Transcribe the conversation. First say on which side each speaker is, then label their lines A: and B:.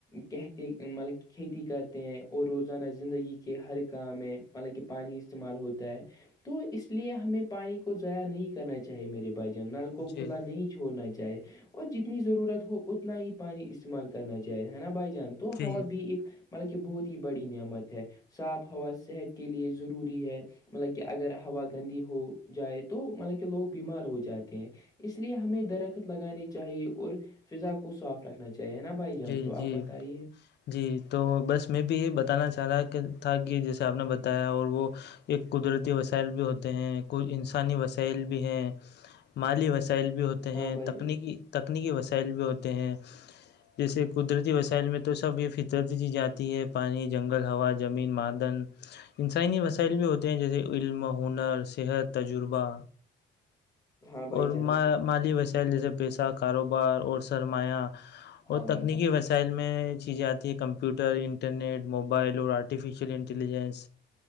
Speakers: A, on the left; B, on the left.
A: کہتے مطلب کھیتی کرتے ہیں اور روزانہ زندگی کے ہر کام میں مطلب کہ پانی استعمال ہوتا ہے تو اس لیے ہمیں پانی کو ضائیاع نہیں کرنا چاہیے میرے بھائی جان نل کو
B: جی
A: کھلا نہیں چھوڑنا چاہے اور جتنی ضرورت ہو اتنا ہی پانی استعمال کرنا چاہے ہے نا بھائی جان تو
B: جی
A: ہوا بھی ایک مطلب کہ بہت ہی بڑی نعمت ہے صاف ہوا صحت کے لیے ضروری ہے مطلب کہ اگر ہوا گندی ہو جائے تو مطلب کہ لوگ بیمار ہو جاتے ہیں اس لیے ہمیں درخت لگانی چاہیے اور فضا کو صاف رکھنا چاہیے نا بھائی جان
B: جی
A: تو آپ
B: جی
A: بتائیے
B: جی تو بس میں بھی یہ بتانا چاہ رہا کہ تھا کہ جیسے آپ نے بتایا اور وہ ایک قدرتی وسائل بھی ہوتے ہیں کوئی انسانی وسائل بھی ہیں مالی وسائل بھی ہوتے ہیں
A: ہاں بھائی
B: تکنیکی
A: جان
B: تکنیکی وسائل بھی ہوتے ہیں جیسے قدرتی وسائل میں تو سب یہ فطرت ج جاتی ہے پانی جنگل ہوا جب زمین مادن <inaudible> انسانی وسائل بھی ہوتے ہیں جیسے علم ہنر صحت تجربہ
A: ہاں بھائی
B: اور
A: جان
B: مالی وسائل جیسے پیسہ کاروبار اور سرمایہ
A: ہاں
B: اور
A: بھائی
B: تکنیکی
A: جان
B: ویس م سائل میں چیزیں آتی ہیں کمپیوٹر انٹرنیٹ موبائل اور آرٹیفیشیل انٹیلیجنس